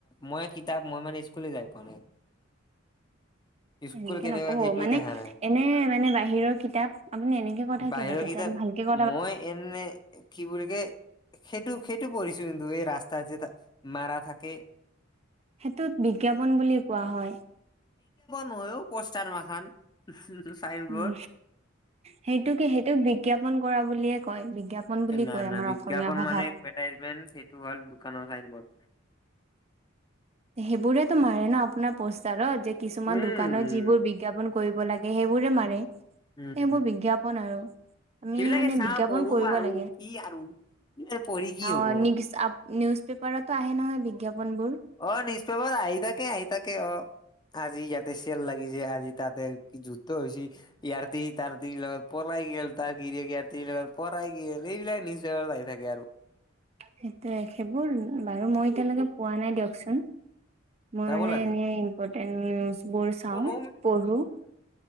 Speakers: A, on the left; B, on the right.
A: মই কিতাপ মই মানে স্কুলে যাই পোৱা নাই স্কুল
B: এনেকে
A: কেনেকুৱা
B: নকব
A: সেইটোৱে
B: মানে
A: দেখা নাই
B: এনে মানে বাহিৰৰ কিতাপ আপুনি এনেকে কথা
A: বাহিৰৰ
B: কিয় পাতিছে
A: কিতাপ
B: অলপ ভালকে ক
A: মই এনে কি বুলি কে সেইটো সেইটো পৰিছো কিন্তু এই ৰাস্তাত যে মাৰা থাকে
B: সেইটোত বিজ্ঞাপন বুলি কোৱা হয়
A: নহয় পষ্টাৰ মাখান চাইন বৰ্ড
B: উম সেইটো কে সেইটো বিজ্ঞাপন কৰা বুলিয়ে কয় বিজ্ঞাপন বুলি
A: না
B: কয়
A: না
B: আমাৰ
A: বিজ্ঞাপন
B: অসমীয়া ভাষাত।
A: মানে এভাৰটাইজমেট সেইটো হ'ল কানৰ চাইনবৰ্ড
B: সেইবোৰেতো মাৰে ন আপোনাৰ পষ্টাৰত যে কিছুমান
A: উম
B: দোকানত যিবোৰ বিজ্ঞাপন কৰিব লাগে সেইবোৰে মাৰে এই
A: উম
B: মোৰ বিজ্ঞাপন আৰু আমি
A: সেইবিলাকে
B: মানে
A: চা
B: বিজ্ঞাপন
A: পঢ়ো
B: কৰিব
A: আৰু
B: লাগে।
A: কি আৰু পঢ়ি কি
B: অ
A: হব
B: নিউজ নিউজ পেপাৰতো আহে নহয় বিজ্ঞাপনবোৰ
A: অ নিউজ পেপাৰ আহি থাকে আহি থাকে অ আজি ইয়াতে চেল লাগিছে আজি তাতে যুদ্ধ হৈছে ইয়াৰ তিৰি তাৰ তিৰি লগত পলাই গেল তাৰ গিৰিয়েক ইয়াৰ তিৰি লগত পলাই গল এইবিলাক নিউজ পেপাৰত আহি থাকে আৰু
B: সেইটোয়ে সেইবোৰ বাৰু মই এতিয়ালৈকে পোৱা নাই দিয়কচোন মই
A: চাব
B: মানে
A: লাগে
B: এনেই ইম্পৰ্টেন্ট নিউজ বোৰ চাওঁ
A: অ ন
B: পঢ়ো